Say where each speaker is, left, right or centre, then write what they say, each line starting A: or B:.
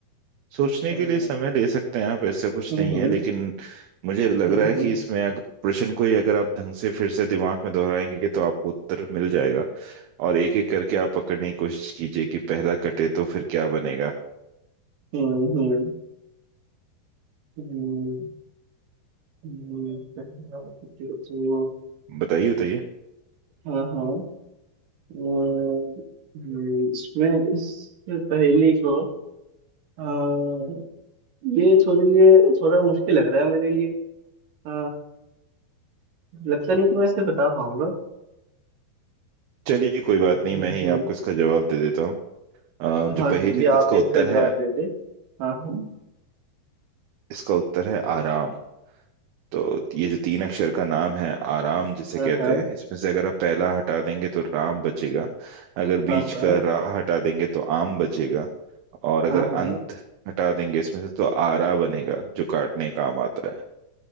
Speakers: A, on the right (about 75°); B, on the right (about 60°).
A: सोचने
B: अह,
A: के
B: हम्म
A: लिए समय ले सकते हैं आप ऐसा कुछ
B: हम्म
A: नहीं है लेकिन मुझे लग
B: हम्म
A: रहा है कि इसमें अगर प्रश्न को ही अगर आप ढंग से फिर से दिमाग में दोहराएंगे तो आपको उत्तर मिल जाएगा और एक एक करके आप पकड़ने की कोशिश कीजिए कि पहला कटे तो फिर क्या बनेगा
B: हम्म हम्म, हम्म, हम्म, पहला विकेट तो-
A: बताइए बताइए
B: हाँ हाँ अह, हम्म, इसमें इस पहेली को अह, ये थोड़ी ये थोड़ा मुश्किल लग रहा है मेरे लिए अह, लगता नहीं कि मैं इसे बता पाऊंगा
A: चलिए कोई बात
B: हम्म,
A: नहीं मैं ही
B: हम्म,
A: आपको इसका जवाब दे देता हूँ अ, जो
B: हाँ
A: पहेली
B: कृपया
A: थी
B: आप
A: इसका
B: इसका
A: उत्तर
B: जवाब
A: है
B: दे दे हाँ हाँ
A: इसका उत्तर है आराम तो ये जो तीन अक्षर का नाम है आराम जिसे
B: हाँ
A: कहते हैं इसमें से अगर आप पहला हटा देंगे तो राम बचेगा अगर
B: हाँ
A: बीच
B: हाँ
A: का रा हटा देंगे तो आम बचेगा और अगर
B: हाँ हाँ
A: अंत हटा देंगे इसमें से तो आरा बनेगा जो काटने का काम आता है